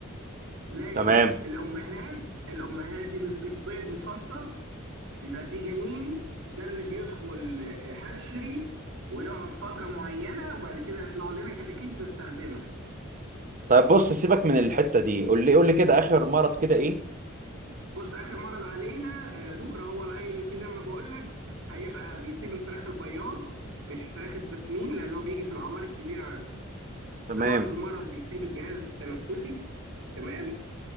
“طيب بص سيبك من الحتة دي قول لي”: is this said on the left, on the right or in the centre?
Right